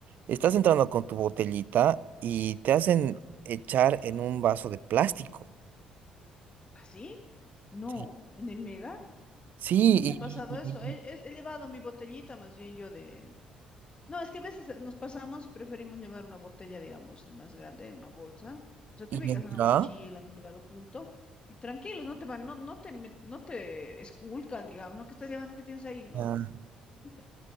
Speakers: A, on the right; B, on the left.
A: estás entrando con tu botellita y te hacen echar en un vaso de plástico.
B: ¿Así? No.
A: Sí.
B: ¿En el mega?
A: Sí,
B: No me ha pasado
A: y, y-
B: eso. He,
A: y-
B: he- he llevado mi botellita más bien yo de, No, es que a veces eh, nos pasamos y preferimos llevar una botella, digamos, de más grande en una bolsa. O sea, te
A: y-
B: ubicas
A: y entra.
B: en una mochila, en un lugar oculto y tranquilo, no te van, no, no te, met- no te esculcan, digamos, ¿no? ¿Qué estás llevando? ¿Qué tienes ahí? No,
A: ah,
B: nunca.